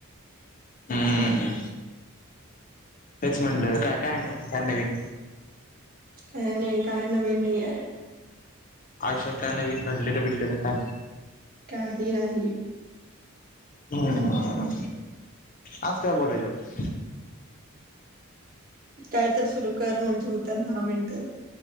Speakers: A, on the left; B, on the right.
A: हम्म तेच म्हणलं काय काय आणि काय नवीन
B: काय नाही काय नवीन नाही आहे.
A: आयुष्यात काय नवीन घडलेलं भिडलेलं काय,
B: काही नाही
A: ह आज काय बोलायच?
B: काय तर सुरू कर म्हणजे होत्यात दहा मिनिटं